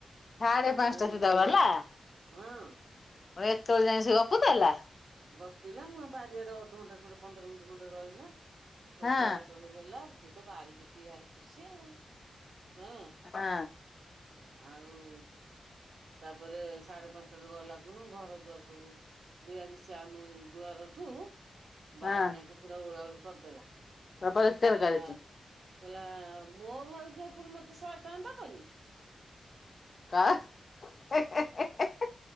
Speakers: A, on the left; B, on the right.
A: ସାଢେ
B: ତାପରେ
A: ପାଞ୍ଚଟା
B: ମୁଁ
A: ସୁଦ୍ଧା ଗଲା
B: ହଁ
A: ଏତୋଳ ଯାଏଁ ସେ ଗପୁଥୁଲା।
B: ଗପିଲା ମୁଁ ଆ ବାରିଆଡେ ଅଧଘଣ୍ଟେ ଖଣ୍ଡେ ପନ୍ଦର ମିନଟି ଖଣ୍ଡେ ରହିଲା ସବୁ
A: ହଁ
B: ତୋଳା ତୋଳି ଗଲା ସିଏ ତ ବାରି ଦେଖିକି ଭାରି ଖୁସି ଆଉ ହଁ।
A: ହଁ
B: ଆଉ ତାପରେ ସାଢେ ପାଞ୍ଚଟାରୁ ଗଲାକୁରୁ ଘର ଦୁଆର ସବୁ ଦିଆ ଯେ ସି ସେ ଆମେ ଦୁଆରଠୁ ବାରି
A: ହଁ
B: ଯାଏଁକେ ପୁରା ଓଳା ଓଳି କରିଦେଲା।
A: ଅପରିଷ୍କାର
B: କହିଲା
A: କରିଛି
B: କଇଲା ମୋ ଭାଉଜ ଫୁଣି ମତେ ଶହେ ଟଙ୍କା ଦବନି।
A: କ ହେ ହେ ହେ ହେ।